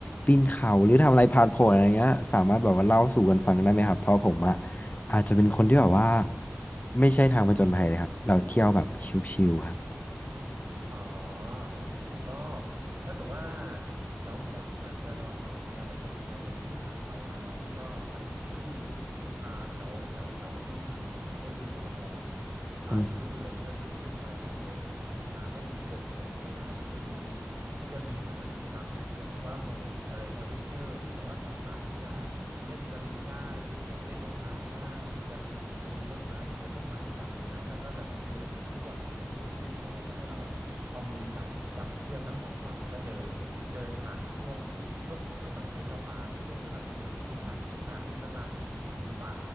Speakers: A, on the left; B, on the right.
A: ปีนเขาหรือทำอะไรผ่านผลอะไรเงี้ยสามารถแบบว่าเล่าสู่กันฟังได้ไหมครับเพราะผมอ่ะอาจจะเป็นคนที่แบบว่าไม่ใช่ทางผจญภัยเลยครับเราเที่ยวแบบชิลๆครับ
B: อ๋อโอเคก็ถ้าเกิดว่าน้องแบบอยากจะลองแบบแนวผจญภัยอย่างที่พี่เคยไปมาเนาะพี่ก็ไปที่อ่าแถวแถวแถวเชียงใหม่นะครับก็คือแถวบนดอยอ่าอยู่นู่นเลยก็คือขึ้นไปแถวเส้น
A: อื
B: อ่าแม่ริมโป่งแยงตรงนั้นอ่ะมันจะมีจะมีเขาเรียกว่ากิจกรรมที่เขาเรียกว่าหมู่อะไรแอดเวนเจอร์ที่แบบว่าสามารถที่จะเล่นสลิงได้หรือแบบเล่นรถรางได้หรือแบบปีนต้นไม้ที่เป็นต้นไม้ใหญ่ๆอะนะแล้วก็แบบเดินบนลวดที่เป็นลวดเส้นเดียวแล้วก็ให้เราเนี่ย เอามือจับจับเชือกทั้งสองฝั่งแล้วก็เดินเดินผ่านช่วงช่วงช่วงแบบช่วงดอกอาช่วงที่มันเป็นเหวอะนะอ่าที่ข้างล่างเนี่ยเป็นป่า